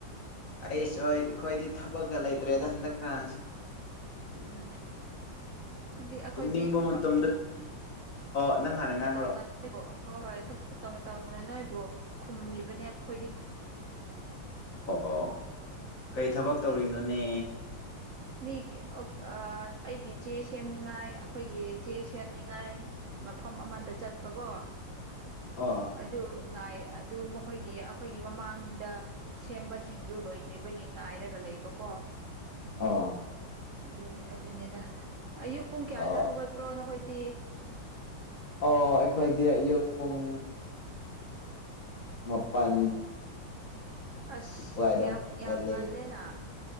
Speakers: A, on the left; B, on the right.
A: ꯑꯩꯁꯨ ꯍ ꯑꯩꯈꯣꯏꯗꯤ ꯊꯕꯛꯀ ꯂꯩꯇ꯭ꯔꯦꯗ ꯍꯟꯗꯛꯀꯥꯁꯦ
B: ꯎꯝ ꯍꯥꯏꯗꯤ ꯑꯩꯈꯣꯏꯗꯤ
A: ꯇꯨꯝꯅꯤꯡꯕ
B: ꯊꯕꯛ
A: ꯃꯇꯝꯗ ꯑꯣ ꯅꯪ ꯍꯥꯟꯅ ꯉꯥꯡꯔꯣ
B: ꯇ ꯍꯣꯏ ꯍꯣꯏ ꯊꯨꯝ ꯇꯧꯅ ꯇꯧꯅ ꯅꯣꯏꯕꯨ ꯈꯨꯝ꯭ꯔꯤꯕꯅꯦ ꯑꯩꯈꯣꯏꯗꯤ
A: ꯑꯣ ꯀꯩ ꯊꯕꯛ ꯇꯧꯔꯤꯅꯣꯅꯦ
B: ꯃꯤ ꯑꯩꯒꯤ ꯆꯦ ꯁꯦꯝꯅꯤꯉꯥꯏ ꯑꯩꯈꯣꯏꯒꯤ ꯆꯦ ꯁꯦꯝꯅꯤꯉꯥꯏ ꯃꯐꯝ ꯑꯃꯗ ꯆꯠꯄꯀꯣ
A: ꯑꯣ
B: ꯑꯗꯨ ꯉꯥꯏ ꯑꯗꯨ ꯃꯈꯣꯏꯒꯤ ꯑꯩꯈꯣꯏꯒꯤ ꯃꯃꯥꯡꯗ ꯁꯦꯝꯕꯁꯤꯡꯗꯨ ꯂꯣꯏꯗ꯭ꯔꯤꯕꯒꯤ ꯉꯥꯏꯔꯒ ꯂꯩꯕꯀꯣ ꯑ
A: ꯑꯣ
B: ꯠ ꯑꯗꯨꯅꯦꯗ ꯑꯌꯨꯛ ꯄꯨꯡ ꯀꯌꯥꯗ
A: ꯑꯣ
B: ꯍꯧꯒꯠꯄ꯭ꯔꯣ ꯅꯈꯣꯏꯗꯤ
A: ꯑꯣ ꯑꯩꯈꯣꯏꯗꯤ ꯑꯌꯨꯛ ꯄꯨꯡ ꯃꯄꯥꯟ
B: ꯑꯁ
A: ꯋꯥꯏꯗ
B: ꯌꯥꯝ ꯌꯥꯝ
A: ꯉꯜꯂꯤ
B: ꯉꯜꯂꯦꯅ